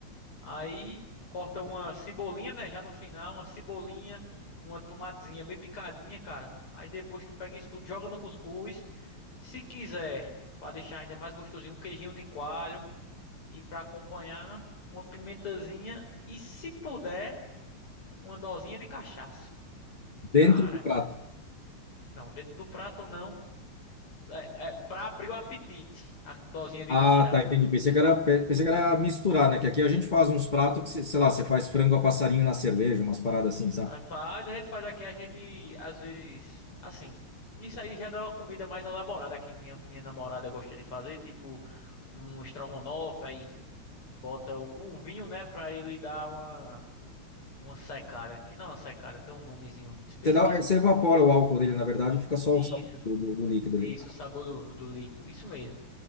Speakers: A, on the left (about 90°); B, on the left (about 25°).
A: Aí corta uma cebolinha, né? Já no final, uma cebolinha, uma tomatezinha bem picadinha, cara. Aí depois tu pega isso tudo, joga no cuscuz. Se quiser, para deixar ainda mais gostosinho, um queijinho de coalho e para acompanhar uma pimentazinha e se puder, uma dosinha de cachaça.
B: Dentro
A: Cara,
B: do prato.
A: não, dentro do prato não, é, é para abrir o apetite, a dosinha de
B: Ah,
A: cachaça.
B: tá, entendi. Pensei que era, pe- pensei que era misturar, né? Que aqui a gente faz uns pratos que, cê- sei lá, você faz frango a passarinho na cerveja, umas paradas assim, sabe?
A: A Faz, a gente faz aqui, a gente às vezes, assim, isso aí já dá uma comida mais elaborada que minha, minha namorada gosta de fazer, tipo um estrogonofe, aí bota o, o vinho, né, para ele dar uma Uma secada, que não é uma secada, tem um nomezinho específico.
B: Você dá, você evapora o álcool dele, na verdade, e fica só
A: Isso,
B: o sabor do, do, do líquido
A: isso,
B: ali.
A: o sabor do, do líquido, isso mesmo.